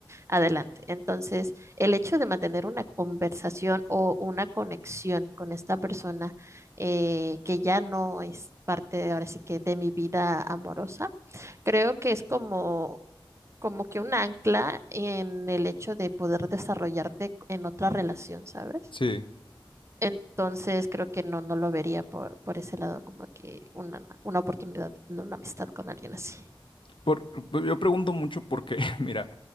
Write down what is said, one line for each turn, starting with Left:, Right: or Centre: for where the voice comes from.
Right: adelante. Entonces, el hecho de mantener una conversación o una conexión con esta persona eh, que ya no es parte de ahora sí que de mi vida amorosa. Creo que es como, como que un ancla en el hecho de poder desarrollarte en otra relación, ¿sabes?
Left: Sí.
Right: Entonces creo que no, no lo vería por, por ese lado como que una, una oportunidad, no una amistad con alguien así.
Left: Por, yo pregunto mucho porque, <laughs> mira,